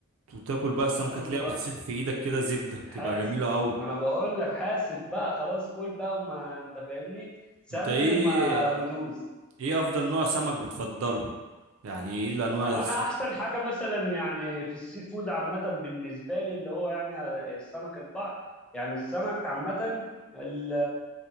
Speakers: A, on the right; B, in the centre.
A: وتاكل بقى السمكة
B: شوف
A: تلاقيها
B: بقى
A: بتسيح في ايدك كده زبدة بتبقى
B: حاسب
A: جميلة قوي
B: ما انا بقول لك حاسب بقى خلاص كل بقى وما انت فاهمني سمي
A: انت ايه
B: وما ودوز
A: ايه افضل نوع سمك بتفضله يعني ايه الانواع الس-
B: انا احسن حاجه مثلا يعني في السي فود عامه بالنسبه لي اللي هو يعني السمك البحر يعني السمك عامه ال-